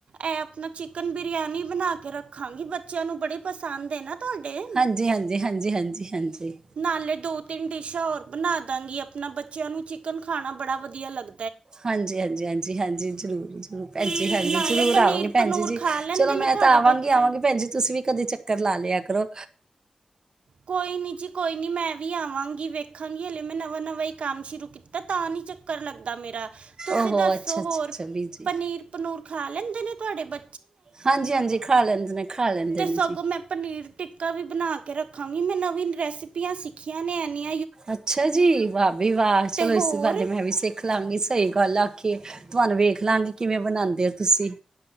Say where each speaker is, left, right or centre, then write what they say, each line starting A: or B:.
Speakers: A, on the right (about 75°); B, on the right (about 35°).
A: ਇਹ ਆਪਣਾ ਚਿਕਨ ਬਰਿਆਨੀ ਬਣਾ ਕੇ ਰੱਖਾਂਗੀ। ਬੱਚਿਆਂ ਨੂੰ ਬੜੇ ਪਸੰਦ ਹੈ ਨਾ ਤੁਹਾਡੇ
B: ਹਾਂਜੀ, ਹਾਂਜੀ, ਹਾਂਜੀ, ਹਾਂਜੀ, ਹਾਂਜੀ
A: ਨਾਲੇ ਦੋ ਤਿੰਨ ਡਿਸ਼ਾਂ ਹੋਰ ਬਨਾ ਦਾਂਗੀ ਅਪਨਾ ਬੱਚੇਆਂ ਨੂੰ ਚਿਕਨ ਖਾਣਾ ਬੜਾ ਵਧੀਆ ਲੱਗ
B: ਹਾਂਜੀ ਹਾਂਜੀ ਹਾਂਜੀ ਹਾਂਜੀ, ਜ਼ਰੂਰ ਜ਼ਰੂਰ ਭੈਣਜੀ, ਹਾਂਜੀ
A: ਨਾਲੇ
B: ਜ਼ਰੂਰ
A: ਪਨੀਰ
B: ਆਵਾਂਗੀ
A: ਪਨੂਰ
B: ਭੈਣਜੀ ਜੀ
A: ਖਾ ਲੈਂਦੇ
B: ਚਲੋ
A: ਨੇ
B: ਮੈਂ
A: ਤੁਹਾਡੇ
B: ਤਾਂ ਆਵਾਂਗੀ
A: ਬੱਚੇ
B: ਆਵਾਂਗੀ ਭੈਣ ਜੀ ਤੁਸੀਂ ਵੀ ਕਦੇ ਚੱਕਰ ਲਾ ਲੇਆ ਕਰੋ।
A: ਕੋਈ ਨੀ ਜੀ, ਕੋਈ ਨੀ ਮੈਂ ਵੀ ਆਵਾਂਗੀ ਵੇਖਾਂਗੀ ਹਲੇ ਮੈਂ ਨਵਾਂ ਨਵਾਂ ਹੀ ਕੰਮ ਸ਼ੁਰੂ ਕੀਤਾ ਤਾਂ ਨੀ ਚੱਕਰ ਲੱਗਦਾ ਮੇਰਾ। ਤੁਸੀ
B: ਓਹੋ
A: ਦੱਸੋ
B: ਅੱਛਾ ਅੱਛਾ
A: ਹੋਰ
B: ਅੱਛਾ ਵੀਰ ਜੀ
A: ਪਨੀਰ ਪਨੂਰ ਖਾ ਲੈਂਦੇ ਨੇ ਤੁਆਡੇ ਬ
B: ਹਾਂਜੀ ਹਾਂਜੀ, ਖਾ ਲੈਂਦੇ ਨੇ, ਖਾ ਲੈਂਦੇ
A: ਤੇ
B: ਨੇ
A: ਸਗੋਂ
B: ਜੀ।
A: ਮੈਂ ਪਨੀਰ ਟਿੱਕਾ ਵੀ ਬਨਾ ਕੇ ਰ ਖਾਂਗੀ ਮੈਂ ਨਵੀਨ ਰੈਸਪੀਆਂ ਸਿੱਖੀਆਂ ਨੇ ਐਨੀ
B: ਅੱਛਾ ਜੀ, ਵਾ ਬੀ ਵਾਹ
A: ਤੇ
B: ਚਲੋ
A: ਹੋਰ
B: ਇਸੀ ਬਾਨੇ ਮੈਂ ਵੀ ਸਿੱਖ ਲਾਂਗੀ ਸਹੀ ਗੱਲ ਆ ਕੇ, ਤੁਆਨੂੰ ਵੇਖ ਲਾਂਗੇ ਕਿਵੇ ਬਣਾਂਦੇ ਹੋ ਤੁਸੀ।